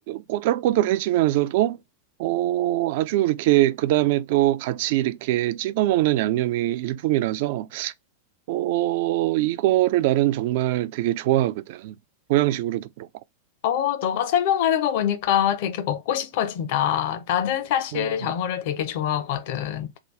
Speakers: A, on the right; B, on the left.
A: 꼬들꼬들해지면서도 어, 아주 이렇게 그 다음에 또 같이 이렇게 찍어 먹는 양념이 일품이라서 어, 이거를 나는 정말 되게 좋아하거든. 보양식으로도 그렇고.
B: 어, 너가 설명하는 거 보니까 되게 먹고 싶어진다. 나는 사실
A: 음,
B: 장어를 되게 좋아하거든.